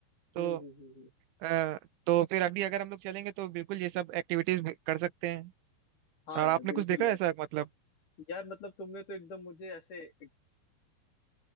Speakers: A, on the right; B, on the left.
A: तो
B: हम्म हम्म हम्म हम्म।
A: अ, तो फिर अभी अगर हम लोग चलेंगे तो बिल्कुल ये सब एक्टिविटीज कर सकते हैं
B: हाँ
A: और
B: यार
A: आपने
B: बिल्कुल
A: कुछ देखा
B: यार
A: है ऐसा मतलब
B: यार मतलब तुमने तो एकदम मुझे ऐसे एक,